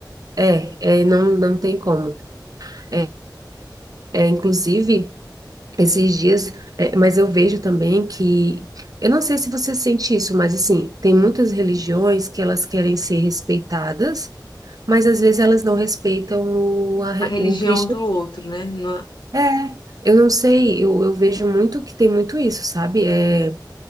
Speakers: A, on the right; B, on the left.
A: é, é, não, não tem como. É, é, inclusive. Esses dias, é, mas eu vejo também que, eu não sei se você sente isso, mas assim, tem muitas religiões que elas querem ser respeitadas, mas às vezes elas não respeitam o, a re-
B: a religião
A: o Cristo.
B: do outro, né? não-
A: É, eu não sei, eu, eu vejo muito que tem muito isso, sabe? É,